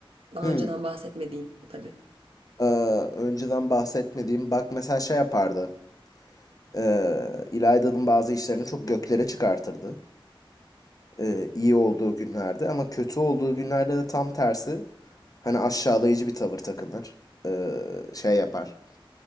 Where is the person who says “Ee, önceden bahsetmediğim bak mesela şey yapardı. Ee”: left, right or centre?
Left